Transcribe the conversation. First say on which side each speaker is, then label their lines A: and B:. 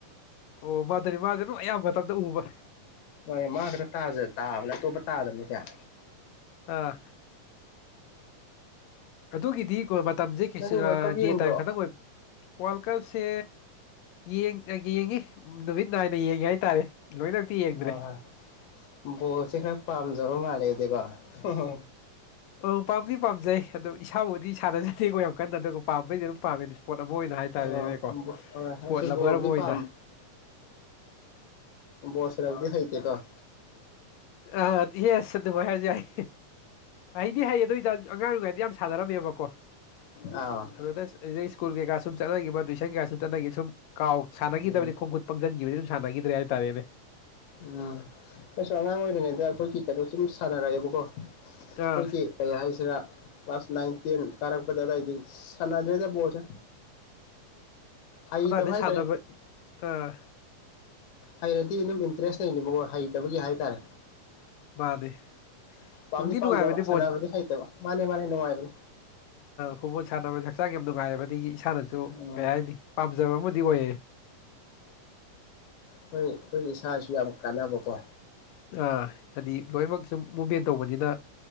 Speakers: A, on the left; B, on the left.
A: ꯑꯣ ꯃꯥꯗꯨꯗꯤ ꯃꯥꯁꯦ ꯅꯨ ꯑꯌꯥꯝꯕ ꯃꯇꯝꯗ ꯎꯕ
B: ꯍ ꯃꯥ ꯈꯛꯇ ꯇꯖ ꯇꯥꯕꯅꯦ ꯑꯇꯣꯞꯄ ꯇꯥꯗꯕꯅ ꯀꯌꯥ
A: ꯑꯥ ꯑꯗꯨꯗꯒꯤꯗꯤ ꯇꯝꯖꯈꯤꯁꯨ
B: ꯅꯪꯗꯤ ꯋꯥꯔꯜ ꯀꯞ ꯌꯦꯡꯗ꯭ꯔꯣ
A: ꯗꯦ ꯇꯥꯏꯝ ꯈꯇꯪ ꯑꯣꯏꯕ ꯋꯥꯔꯜ ꯀꯞꯁꯦ ꯌꯦꯡꯉꯤ ꯅꯨꯃꯤꯠ ꯅꯥꯏꯅ ꯌꯦꯡꯉꯦ ꯍꯥꯏꯇꯥꯔꯦ ꯂꯣꯏꯅꯃꯛꯇꯤ ꯌꯦꯡꯗ꯭ꯔꯦ
B: ꯑꯣ ꯍꯣꯏ ꯕꯣꯠꯁꯦ ꯈꯔ ꯄꯥꯝꯖꯕ ꯃꯥꯜꯂꯦ ꯑꯗꯨꯗꯤꯀꯣ ꯍ ꯍ
A: ꯑꯣ ꯄꯥꯕꯗꯤ ꯄꯥꯞꯖ ꯑꯗꯣ ꯏꯁꯥꯕꯨꯗꯤ ꯁꯥꯟꯅꯖꯩ ꯆꯦꯡꯒ ꯌꯥꯝ ꯀꯟꯅ ꯑꯗꯨꯒ ꯄꯥꯝꯕꯩꯗꯤ ꯑꯗꯨꯝ ꯄꯥꯝꯃꯦ ꯏꯁꯄꯣꯠ ꯑꯃ ꯑꯣꯏꯅ ꯍꯥꯏꯇꯥꯔꯦꯅꯦꯀꯣ
B: ꯑꯣ ꯍꯣꯏ
A: ꯏꯁꯄꯣꯠ
B: ꯑꯩꯁꯨ
A: ꯂꯚꯔ
B: ꯕꯣꯜꯕꯨꯗꯤ
A: ꯑꯃ ꯑꯣꯏꯅ
B: ꯄꯥꯝ ꯣꯁ ꯂꯕꯗꯤ ꯍꯥꯏꯩꯇꯦꯀ
A: ꯑ ꯏꯁꯦ ꯑꯗꯨꯃꯥꯏꯔ ꯌꯥꯏ ꯑꯩꯗꯤ ꯍꯩꯌꯦ ꯑꯗꯨ ꯑꯣꯏꯇꯥ ꯑꯉꯥꯡ ꯑꯣꯏꯔꯤꯉꯩꯗ ꯌꯥꯝ ꯁꯥꯟꯅꯔꯝꯃꯦꯕꯀꯣ
B: ꯑꯥ
A: ꯑꯗꯨꯗ ꯁ꯭ꯀꯨꯜ ꯀꯩꯀꯥ ꯁꯨꯝ ꯆꯠꯅꯈꯤꯕ ꯇꯨꯏꯁꯟ ꯀꯌꯥ ꯁꯨꯝ ꯆꯠꯅꯈꯤꯕ ꯁꯨꯝ ꯀꯥꯎ ꯁꯥꯟꯅꯈꯤꯗꯕ
B: ꯎꯝ
A: ꯈꯣꯡ ꯈꯨꯠ ꯄꯪꯁꯤꯟꯈꯤꯕ ꯑꯗꯨꯝ ꯁꯥꯟꯅꯈꯤꯗ꯭ꯔꯦ ꯍꯥꯏꯇꯥꯔꯦꯅꯦ
B: ꯎꯝ ꯑꯁꯉꯥꯡ ꯑꯣꯏ ꯑꯣꯏꯅꯗ ꯑꯩꯈꯣꯏ ꯀ ꯁꯤꯨꯝ ꯁꯅꯥꯒꯌꯦꯕꯀꯣ ꯑꯩꯈꯣꯏꯒꯤ
A: ꯑꯥ
B: ꯀꯩ ꯍꯥꯏꯁꯤꯅ ꯀ꯭ꯂꯥꯁ ꯅꯥꯏꯟ ꯇꯦꯟ ꯀꯥꯔꯛꯄꯗ ꯑꯗꯥꯏꯗꯤ ꯁꯥꯟꯅꯗ꯭ꯔꯦꯗ ꯕꯣꯜꯁꯦ ꯍꯩꯇꯕ
A: ꯑꯗꯥꯏꯗꯩ
B: ꯍꯥꯏꯇꯥꯔꯦ
A: ꯁꯥꯟꯅꯕ ꯑꯥ
B: ꯍꯩꯔꯗꯤ ꯑꯗꯨꯝ ꯏꯁ꯭ꯔꯦꯁ ꯂꯩꯅꯤ ꯃ ꯍꯩꯇꯕꯒꯤ ꯍꯥꯏꯇꯥꯔꯦ
A: ꯃꯥꯅꯦ
B: ꯄꯥꯝꯗꯤ
A: ꯇꯅꯨꯡꯗꯤ
B: ꯄꯥꯝꯖꯕ
A: ꯅꯨꯡꯉꯥꯏꯕꯗꯤ
B: ꯁꯥꯟꯅꯕꯗꯤ
A: ꯕꯣꯜ
B: ꯍꯩꯇꯕ ꯃꯥꯅꯦ ꯃꯥꯅꯦ ꯅꯨꯡꯉꯥꯏꯕꯅꯦ
A: ꯐꯨꯠꯕꯣꯜ ꯁꯥꯟꯅꯕ ꯍꯛꯆꯥꯡ ꯌꯥꯝ ꯅꯨꯡꯉꯥꯏꯌꯦꯦꯕꯒꯤ ꯏꯁꯥꯅꯁꯨ
B: ꯎꯝ
A: ꯀꯩ ꯍꯥꯏꯅꯤ ꯄꯥꯝꯖꯕ ꯑꯃꯗꯤ ꯑꯣꯏꯌꯦ
B: ꯍꯣꯏ ꯑꯩꯈꯣꯏꯒꯤ ꯏꯁꯥꯁꯨ ꯌꯥꯝ ꯀꯥꯟꯅꯕꯀꯣ
A: ꯑꯥ ꯍꯥꯏꯗꯤ ꯂꯣꯏꯅꯃꯛ ꯁꯨꯝ ꯃꯨꯃꯦꯟ ꯇꯧꯕꯅꯤꯅ